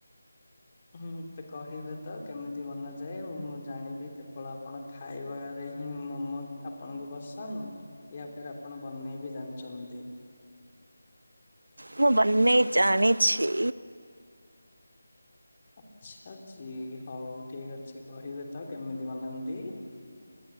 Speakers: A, on the left; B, on the right.
A: ହୁଁ ତ କହିବେ ତ କେମିତି ବନାଯାଏ ମୁଁ ଜାଣିବି କେବଳ ଆପଣ ଖାଇବାରେ ହଁ ମୋମୋ ଆପଣଙ୍କୁ ପସନ୍ଦ ୟା ଫେରେ ଆପଣ ବନେଇ ବିି ଜାଣିଛନ୍ତି।
B: ମୁଁ ବନେଇ ଜାଣିଛି।
A: ଆଚ୍ଛା ଜି ହଉ ଠିକ ଅଛି କହିବେ ତ କେମିତି ବନାନ୍ତି।